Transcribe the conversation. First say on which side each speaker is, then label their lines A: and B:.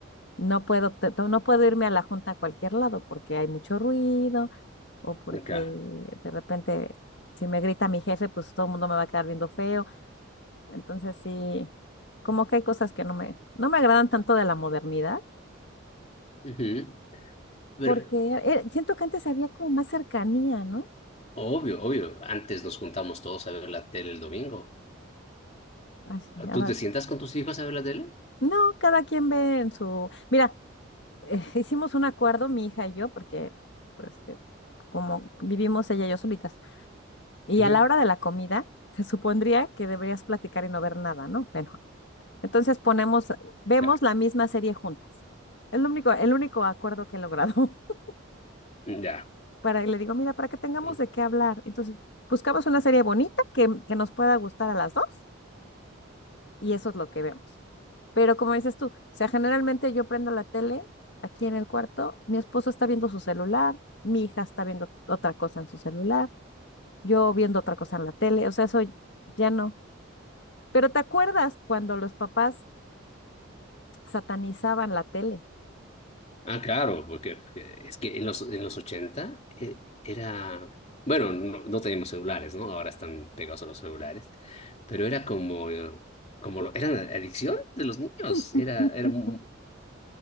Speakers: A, on the left; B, on the left.
A: no puedo, te- to- no puedo irme a la junta a cualquier lado porque hay mucho ruido o porque
B: Claro.
A: de repente si me grita mi jefe, pues todo el mundo me va a quedar viendo feo. Entonces sí, como que hay cosas que no me, no me agradan tanto de la modernidad
B: Ujú. Pero
A: porque eh, siento que antes había como más cercanía, ¿no?
B: Obvio, obvio. Antes nos juntamos todos a ver la tele el domingo.
A: Así, ahora
B: ¿Tú te sientas con tus hijos a ver la tele?
A: No, cada quien ve en su... Mira, eh, <laughs> hicimos un acuerdo, mi hija y yo, porque pues, este, como vivimos ella y yo solitas, y
B: Ujú.
A: a la hora de la comida, se supondría que deberías platicar y no ver nada, ¿no? Bueno, entonces ponemos, vemos
B: Claro.
A: la misma serie juntas. Es lo único, el único acuerdo que he logrado. <laughs>
B: Ya.
A: Para, y le digo, mira, para que tengamos
B: Ujú.
A: de qué hablar. Entonces, buscamos una serie bonita que, que nos pueda gustar a las dos, y eso es lo que vemos. Pero como dices tú, o sea, generalmente yo prendo la tele aquí en el cuarto, mi esposo está viendo su celular, mi hija está viendo otra cosa en su celular, yo viendo otra cosa en la tele, o sea, eso ya no. Pero ¿te acuerdas cuando los papás satanizaban la tele?
B: Ah, claro, porque porque es que en los, en los 80 eh, era... Bueno, no, no teníamos celulares, ¿no? Ahora están pegados a los celulares. Pero era como... eh, como lo- era la adicción de los niños.
A: <laughs>
B: Era, era, mu-